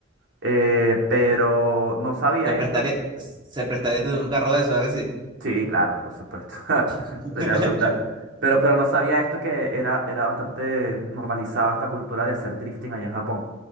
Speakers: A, on the right; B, on the right.
A: Eh, pero no sabía
B: Se prestaría,
A: esto.
B: se prestaría tener un carro de eso, ¿verdad que sí?
A: Sí, claro, por supuesto. <laughs>
B: <laughs>
A: Sería brutal. Pero, pero no sabía esto que era, era bastante normalizada esta cultura de hacer drifting allá en Japón.